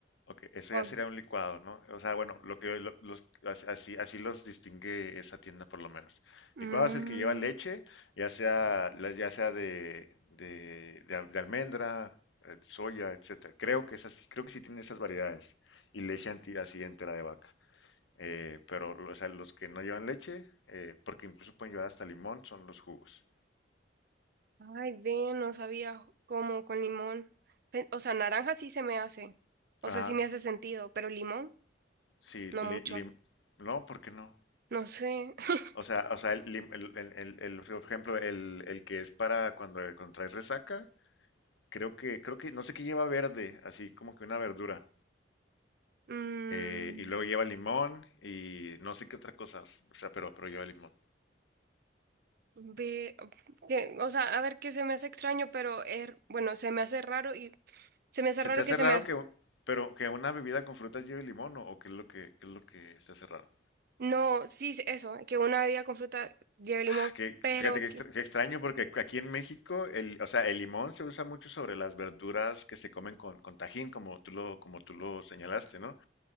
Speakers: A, on the left; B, on the right.
A: Ok, eso
B: con-
A: ya sería un licuado, ¿no? O sea, bueno, lo que lo- los, as- así, así los distingue esa tienda por lo menos.
B: Mm,
A: Licuado es el que lleva leche, ya sea, la- ya sea de, de, de al- de almendra, eh, soya, etcétera. Creo que esas, creo que sí tienen esas variedades. Y leche anti- así entera de vaca. Eh, pero, o sea, los que no llevan leche, eh, porque incluso pueden llevar hasta limón, son los jugos.
B: Ay, ven, no sabía cómo con limón. Pe- O sea, naranja sí se me hace. O
A: Ajá,
B: sea, sí me hace sentido, pero limón,
A: sí,
B: no
A: li-
B: mucho.
A: lim- no, ¿por qué no?
B: No sé. <laughs>
A: O sea, o sea, el, el- el- el- el- por ejemplo, el, el que es para cuando contraes resaca, creo que, creo que, no sé qué lleva verde, así como que una verdura.
B: Mm,
A: Eh, y luego lleva limón y no sé qué otra cosa, o sea, pero, pero lleva limón.
B: ve, que- o sea, a ver qué se me hace extraño, pero er- bueno, se me hace raro y se me hace
A: ¿Se
B: raro
A: te hace
B: que se
A: raro
B: me... ha-
A: que, un- pero que una bebida con frutas lleve limón o, o qué es lo que, qué es lo que se hace raro?
B: No, sí, es eso, que una bebida con fruta lleve limón,
A: Ah, que,
B: pero
A: fíjate que, extra-
B: que...
A: que extraño porque ac- aquí en México, el, o sea, el limón se usa mucho sobre las verduras que se comen con, con tajín, como tú lo, como tú lo señalaste, ¿no?